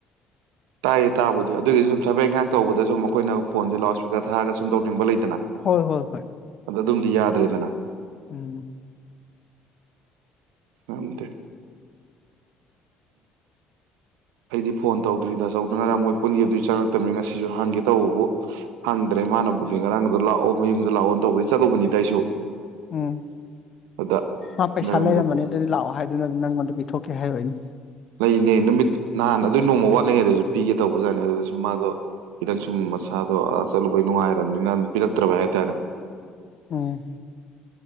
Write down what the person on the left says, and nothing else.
ꯍꯣꯏ ꯍꯣꯏ ꯍꯣꯏ
ꯎꯝ
ꯎꯝ
ꯃꯥ ꯄꯩꯁꯥ
ꯂꯩꯔꯝꯕꯅꯤ ꯑꯗꯨꯗꯤ ꯂꯥꯛꯑꯣ ꯍꯥꯏꯗꯨꯅꯗꯤ ꯅꯪꯉꯣꯟꯗ ꯄꯤꯊꯣꯛꯀꯦ ꯍꯥꯏꯔꯣꯏꯅꯤ
ꯑꯣ